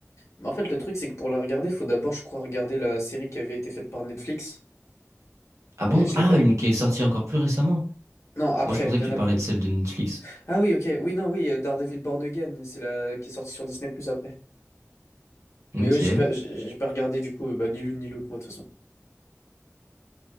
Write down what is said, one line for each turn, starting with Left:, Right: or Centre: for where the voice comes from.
Left: Mais En fait le truc c'est que pour la regarder, faut d'abord je crois regarder la série qui avait été faite par Netflix.
Right: Ah bon?
Left: Et je l'ai
Right: Ah,
Left: pas...
Right: une qui est sortie encore plus récemment.
Left: Non, après,
Right: Moi, je pensais
Left: bien
Right: que tu
Left: après.
Right: parlais de celle de Netflix.
Left: Ah oui, ok, oui, non, oui, euh, Daredevil Born Again, c'est la qui est sortie sur Disney Plus après. Mais
Right: Ok,
Left: ouais, j'ai pas, j'ai j'ai pas regardé du coup euh, bah, ni l'une ni l'autre, moi, de toute façon.